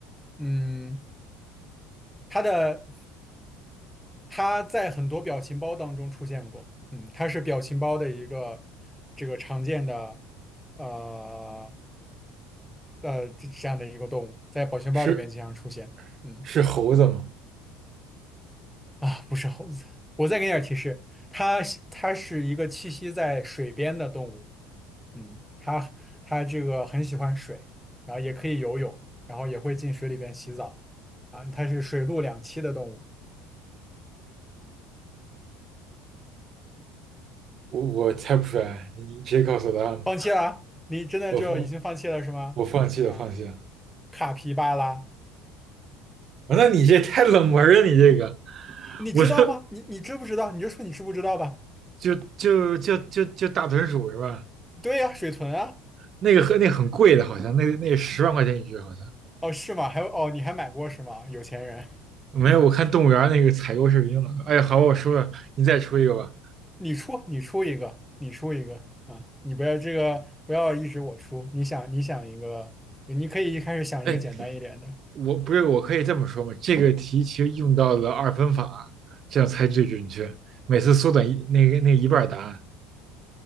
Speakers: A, in the centre; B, on the right.
A: 嗯，他的他在很多表情包当中出现过，嗯，他是表情包的一个这个常见的，呃呃这这样的一个动物，在表情包里边经常出现，
B: 是
A: 嗯
B: 是猴子吗？
A: 啊，不是猴子，我再给你点儿提示，它它是一个栖息在水边的动物，嗯，他他这个很喜欢水，然后也可以游泳，然后也会进水里边洗澡啊。它是水陆两栖的动物，
B: 我我猜不出来，你你直接告诉我答案吧。
A: 放弃了啊？你真的就已经放弃了是吗？
B: 我我我放弃了，
A: 啊，
B: 放弃了。
A: 卡皮巴拉，
B: 啊，那你这太冷门了，你这个，
A: 你知道吗？
B: 我都
A: 你你知不知道？你就说你知不知道吧。
B: 就就就就就大豚鼠是吧？
A: 对呀，水豚啊。
B: 那个和那很贵的，好像那那十万块钱一只，好像
A: 哦，是吗？还有哦，你还买过是吗？有钱人，
B: 没有。我看动物园那个采购视频了。哎呀好吧我输了，你再出一个吧。
A: 你出你出一个，你出一个啊！你不要这个，不要一直我出，你想你想一个，你可以一开始想一个简单一点的。
B: 哎，我不是，我可以这么说吗？这个题其实用到了二分法，这样才最准确。每次缩短一那个那一半儿答案，